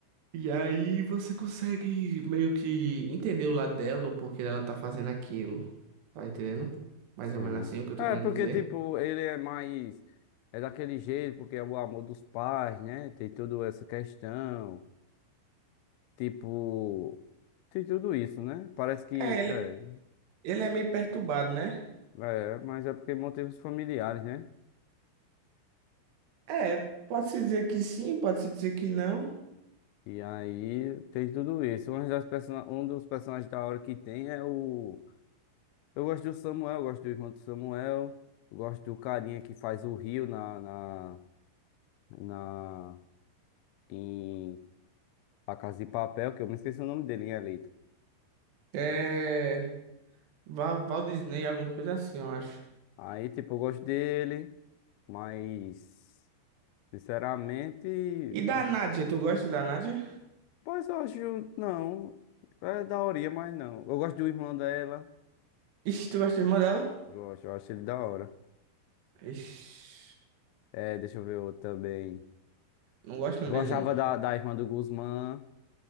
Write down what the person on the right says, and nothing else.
E aí você consegue meio que entender o lado dela, o porquê dela tá fazendo aquilo. Tá entendendo? Mais
ou menos assim o que eu tô
querendo
dizer.
É, ele,
ele é meio perturbado, né?
É, pode-se dizer que sim, pode-se dizer que não.
É. Val, Walt Disney, alguma coisa assim, eu acho.
E da
Nádia,
tu gosta da Nádia?
Ixi, tu gosta da irmã dela?
Ixi,
não gosto não
dele, não.